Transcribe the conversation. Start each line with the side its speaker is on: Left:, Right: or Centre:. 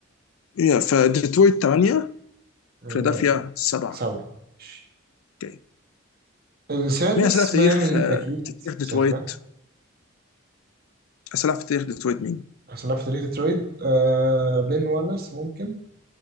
Left: يا فديترويت 8
Right: لا،
Left: فيلادلفيا 7
Right: سبعة ماشي.
Left: اوكي
Right: السادس
Left: مين أسئلة في
Right: ميامي
Left: تاريخ آه،
Right: هيت أكيد
Left: تاريخ ديترويت
Right: سهلة
Left: أسئلة في تاريخ ديترويت مين؟
Right: عشان لعبت في ترويد آه بين والاس ممكن